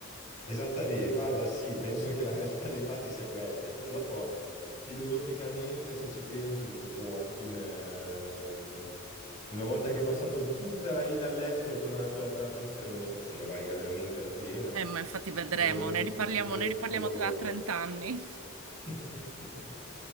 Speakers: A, on the left; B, on the right.
A: Esattamente, guarda, sì, penso che la realtà dei fatti sia questa. Poi dopo, filosoficamente, se ci penso, dico, boh, alla fine, eh, una volta che è passato tutta la vita all'estero, tornare sulla propria pensione, non so se ne valga veramente la pena,
B: Eh, ma infatti
A: perché
B: vedremo,
A: non voglio neanche
B: ne riparliamo,
A: ridurre
B: ne
A: tutto
B: riparliamo
A: il lavoro.
B: tra 30 anni.
A: <laughs>